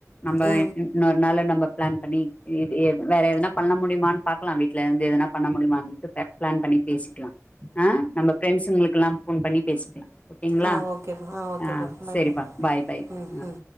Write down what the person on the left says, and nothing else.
நம்ப
இன்னொரு நாள்ல நம்ப பிளான் பண்ணி <unintelligible> வேற எதனா பண்ண முடியுமான்னு பாக்கலாம் வீட்டுல இருந்து எதனா பண்ண முடியமான்னுட்டு பிளான் பண்ணி பேசிக்கலாம் ஆ நம்ம ஃப்ரண்ட்ஸுங்களுக்கெல்லா ஃபோன் பண்ணி பேசிக்லா ஓகேங்களா
ஆ
செரிப்பா பாய் பாய்
ஆ